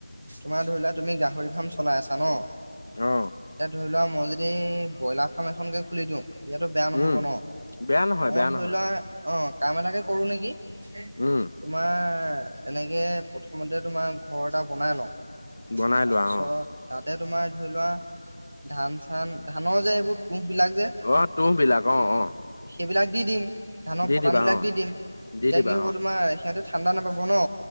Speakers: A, on the right (about 60°); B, on the left (about 65°).
A: তোমাৰ ধৰিলোৱা তুমি গাহৰি ফাৰ্ম চলাই আছা ন।
B: অ
A: এতিয়া ধৰি লোৱা মই যদি ব্ৰইলাৰ ফাৰ্ম এখনকে খুলি দিওঁ। এয়াতো বেয়া নহ'ব
B: উম
A: ন
B: বেয়া নহয়
A: মই
B: বেয়া
A: ধৰি
B: নহয়
A: লোৱা অ', কাম এটাকে কৰোঁ নেকি।
B: উম।
A: তোমাৰ এনেকৈ প্ৰথমতে তোমাৰ ঘৰ এটা বনাই লওঁ।
B: বনাই
A: তাৰপিছত
B: লোৱা অ
A: তাতে তোমাৰ ধৰি লোৱা ধান চান ধানৰ যে এইবোৰ পুহবিলাক যে
B: অ', তুহ বিলাক অ', অ'।
A: সেইবিলাক দি দিম ধানৰ
B: দি
A: পতান
B: দিবা
A: বিলাক
B: অ
A: দি দিম তেতিয়া
B: দি দিবা
A: কি হ'ব
B: অ
A: তোমাৰ সিহঁতে ঠাণ্ডা নাপাব ন